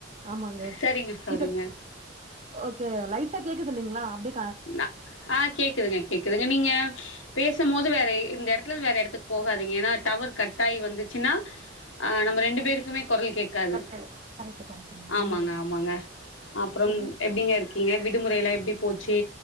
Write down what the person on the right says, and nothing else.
ஆமாங்க
இப்ப ஓகே லைட் டா கேக்குது இல்லைங்ளா அப்டே
கட் ஆயிடும் கரெக்ட் கரெக்ட்ங்க
உண்மதாங்க
எப்டி இருக்கீங்க